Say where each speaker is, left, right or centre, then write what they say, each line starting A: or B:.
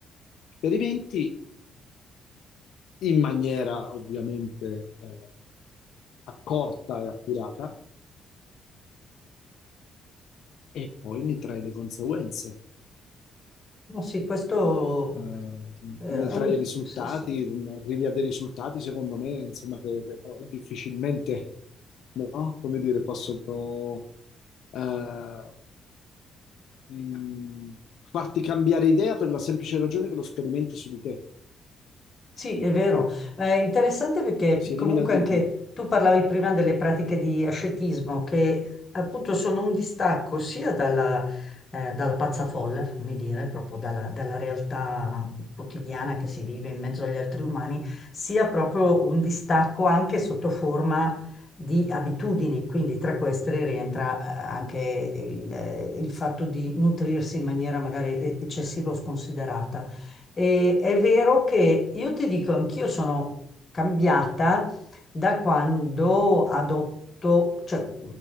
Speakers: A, on the left; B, on the left.
A: Sperimenti in maniera ovviamente eh, accorta e accurata e poi ne trai le conseguenze.
B: no, sì, questo...
A: eh,
B: eh,
A: ne trai
B: è un-
A: i risultati,
B: Sì, sì.
A: arrivi a dei risultati, secondo me, insomma, che, che poi difficilmente, no? Come dire, possono eh, mh, farti cambiare idea per la semplice ragione che lo sperimenti su di te.
B: Sì, è vero. È interessante perché
A: Si
B: comunque
A: elimina il dubbio.
B: anche tu parlavi prima delle pratiche di ascetismo che appunto sono un distacco sia dalla, eh, dalla pazza folla, fammi dire, proprio dalla, dalla realtà quotidiana che si vive in mezzo agli altri umani, sia proprio un distacco anche sotto forma di abitudini. Quindi tra queste rientra eh, anche il, eh, il fatto di nutrirsi in maniera magari eccessiva o sconsiderata. E è vero che io ti dico, anch'io sono cambiata da quando adotto, cioè